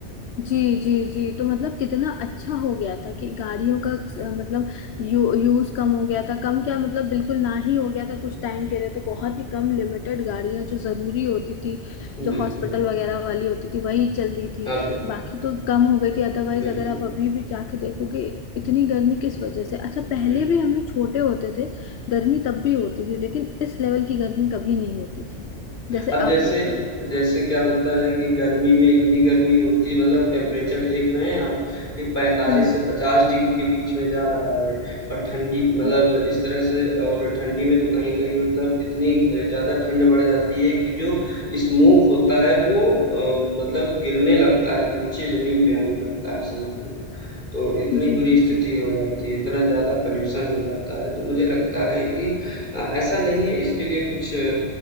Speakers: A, on the left; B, on the left.
A: जी जी जी तो मतलब कितना अच्छा हो गया था कि गाड़ियों का अ, मतलब यू, यूज कम हो गया था कम क्या मतलब बिल्कुल ना ही हो गया था कुछ टाइम के लिए तो बहुत ही कम लिमिटेड गाड़ियां जो जरूरी होती थी जो
B: बिल्कुल,
A: हॉस्पिटल वगैरह वाली होती थी वही चलती थी
B: अब
A: बाकी तो कम हो गई थी अदरवाइज
B: बिल्कुल,
A: अगर आप अभी भी जाके देखोगे इतनी गर्मी किस वजह से अच्छा
B: बिल्कुल।
A: पहले भी हम लोग छोटे होते थे गर्मी तब भी होती थी लेकिन इस लेवल की गर्मी कभी नहीं होती थी जैसे
B: अब जैसे
A: अब होती है
B: जैसे क्या होता है कि गर्मी में इतनी गर्मी होती है मतलब टेम्परेचर देख रहे हैं आप कि 45
A: हम्म
B: से 50 डिग्री के बीच में जा रहा है और ठंडी मतलब
A: हम्म,
B: इस तरह से और ठंडी में तो कहीं-कहीं मतलब इतनी अ, ज़्यादा ठंड बढ़ जाती है कि जो स्मोक होता है वो अ, मतलब गिरने लगता है नीचे ज़मीन पे आने लगता है समझ लो। तो इतनी
A: जी
B: बुरी स्थिति
A: जी
B: हो जाती है, इतना ज़्यादा पॉल्यूशन हो जाता है, तो मुझे लगता है कि अ, ऐसा नहीं है इसके लिए कुछ अ,